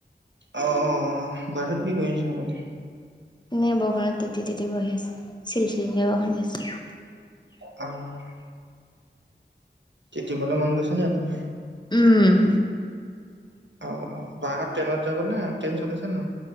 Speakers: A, on the right; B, on the left.
A: অ অ বাহিৰত কি কৰি আছা অকলে
B: এনেই বৰষুত তেতি তেতি বহি আছো চিলচিলকে বৰষুণ দি আছে
A: অহ তেতিবলে মন গৈছে নে আপোনাৰ
B: উম
A: অ অ বাহত ট্ৰেইনত যাব নে ট্ৰেইন চলিছে নে নাই